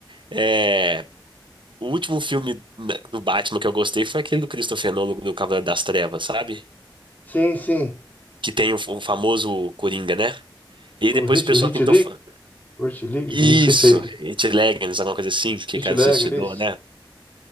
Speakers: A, on the right (about 75°); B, on the left (about 20°).
A: é, o último filme na- do Batman que eu gostei foi aquele do Christopher Nolan, do Cavaleiro das Trevas, sabe?
B: Sim, sim.
A: Que tem o, f- o famoso Coringa, né? E aí
B: O
A: depois
B: Hit,
A: o pessoal
B: o Hit
A: tentou.
B: League,
A: fa-
B: o Hit League,
A: Isso!
B: não sei se é ele. que-
A: It Legends, alguma coisa assim, que
B: Hit
A: cara
B: League,
A: se suicidou,
B: é isso.
A: né?